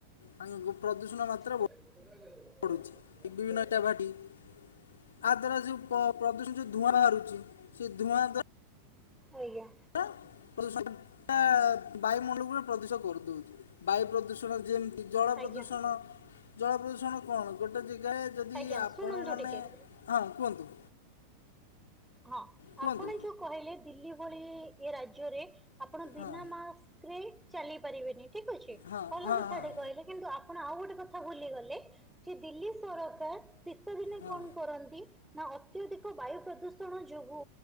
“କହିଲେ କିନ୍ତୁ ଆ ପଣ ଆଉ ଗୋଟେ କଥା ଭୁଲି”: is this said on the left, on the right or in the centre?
Centre